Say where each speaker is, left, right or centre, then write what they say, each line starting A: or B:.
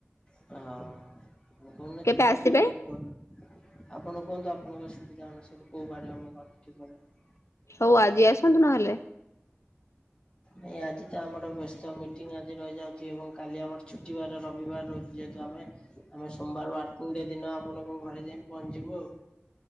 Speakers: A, on the left (about 20°); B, on the left (about 80°).
A: ହଁ ମୁ କୋଉ ଦିନ
B: କେବେ
A: ଯିବି
B: ଆସିବେ
A: ଆପଣ ଟିକେ କୁହନ୍ତୁ? ଆପଣ କୁହନ୍ତୁ ଆପଣଙ୍କର ସୁବିଧା ଅନୁସାରେ କୋଉ ବାରେ ଆମ ଘର ଠିକର
B: ହୋଉ ଆଜି ଆସନ୍ତୁ ନହେଲେ।
A: ନାଇ ଆଜି ତ ଆମର ବ୍ୟସ୍ତ ମିଟିଂଙ୍ଗି ଆଜି ରହିଯାଉଛି ଏବଂ କାଲି ଆମର ଛୁଟିବାର ରବିବାର ର ଯେହେତୁ ଆମେ ଆମେ ସୋମବାର ଆଟିଙ୍ଗ ରେ ଦିନ ଆପଣଙ୍କ ଘରେ ଯାଇ ପହଞ୍ଚିଯିବୁ ଆଉ।